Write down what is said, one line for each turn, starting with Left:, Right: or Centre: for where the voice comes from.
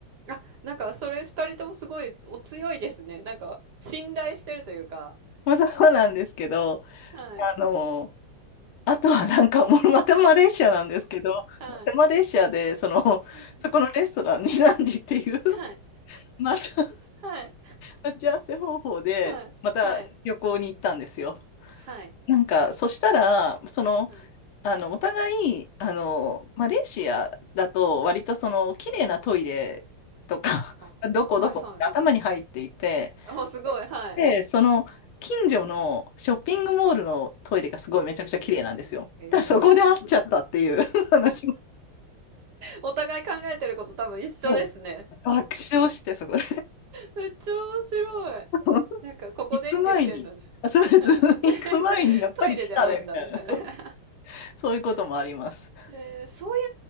Right: あ、なんかそれ二人ともすごいお強いですね。なんか、信頼してるというか。
Left: まあ、そうなんですけど、
Right: はい。
Left: あの、あとはなんか、もうまたマレーシアなんですけど、
Right: はい。
Left: またマレーシアで、その、<laughs>
Right: うんうん。
Left: そこのレストランにランジっていう
Right: はい。
Left: <laughs> 待ち合わ
Right: はい。
Left: 待ち合わせ方法で、
Right: はい。
Left: また旅行に行ったんですよ。
Right: はい。はい。
Left: なんか、そしたら、その、
Right: はい。
Left: あの、お互い、あの、
Right: うんうん。
Left: マレーシアだと、割とその、綺麗なトイレとか、
Right: はい。ああ、
Left: <laughs> どこどこって頭に入っていて、
Right: はいはい。あすごい、はい。
Left: で、その、近所のショッピングモールのトイレがすごいめちゃくちゃ綺麗なんですよ。
Right: うんうん。へえ、
Left: だからそこで会っちゃったっていう
Right: はいはい。
Left: <laughs> 話。
Right: お互い考えてること多分一緒ですね。
Left: もう爆笑して、そこで。
Right: めっちゃ面白い。
Left: <laughs>
Right: なんかここでって言ってるのに。
Left: 行く前に、あ、そうです。
Right: はい。
Left: <laughs> 行く前にやっぱり来たね、
Right: トイレで会うんだみたいな。
Left: みたいな。そう、
Right: <laughs>
Left: そういうこともあります。
Right: えー、そうい